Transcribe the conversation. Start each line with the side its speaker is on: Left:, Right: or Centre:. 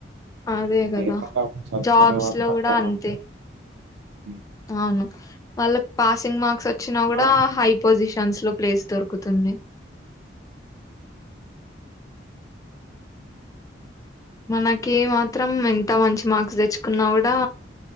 Left: అదే
Right: కానీ
Left: గదా
Right: ఏంటంటే అప్పుడు చదువుకునే
Left: జాబ్స్
Right: వాళ్ళు
Left: లో
Right: తక్కువ
Left: గూడా అంతే,
Right: మంది. హ్మ్.
Left: అవును వాళ్ళక్ పాసింగ్ మార్క్స్ వచ్చినా గూడా
Right: ఆ!
Left: హై పొజిషన్ టన్స్ లో ప్లేస్ దొరుకుతుంది మనకే మాత్రం ఎంత మంచి మార్క్స్ దెచ్చుకున్నా గుడా